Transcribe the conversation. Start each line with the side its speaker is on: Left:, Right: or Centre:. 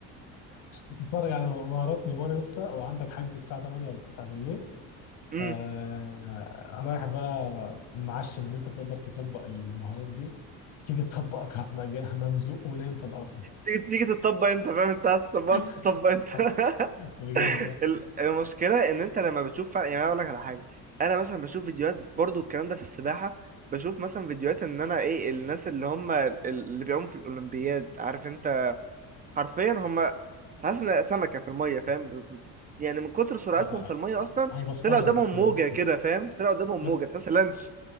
Left: بتتفرج على مهارات نيمار يا اسطى وعندك حجز الساعة 8 ولا 9 بالليل
Right: امم
Left: آه... رايح بقى معشم ان انت تقدر تطبق المهارات دي تيجي تطبق تروح مج- ممزوق ونايم في الارض
Right: تيجي تيجي تطبق انت فاهم انت عايز تطبقها
Left: <laughs>
Right: تطبق انت <laughs>
Left: بجد يعني
Right: ال- المشكله ان انت لما بتشوف فع- يعني انا اقول لك على حاجه انا مثلا بشوف فيديوهات برضو الكلام ده في السباحه بشوف مثلا فيديوهات ان انا ايه الناس اللي هم ال- اللي بيعوموا في الاولمبياد عارف انت حرفيا هم حاسس ان سمكه في الميه فاهم بت- بت- يعني من كتر سرعتهم
Left: آه،
Right: في الميه
Left: آه،
Right: اصلا
Left: انا بستغرب
Right: طلع قدامهم
Left: اصلا
Right: موجه
Left: نفسي
Right: كده فاهم طلع قدامهم
Left: يس
Right: موجه تحس لانش